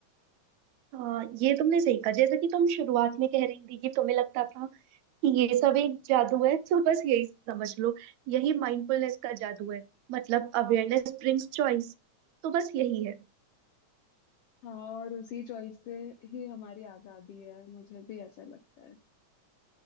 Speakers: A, on the right; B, on the left.
A: हाँ ये तुमने सही कहा जैसे कि तुम शुरुआत में कह रही थी कि तुम्हें लगता था कि ये सब एक जादू है तो बस यही समझ लो यही माइंडफुलनेस का जादू है मतलब अवेयरनेस ब्रिंग्स चॉइस तो बस यही है
B: हाँ और उसी चॉइस से ही हमारी आज़ादी है मुझे भी ऐसा लगता है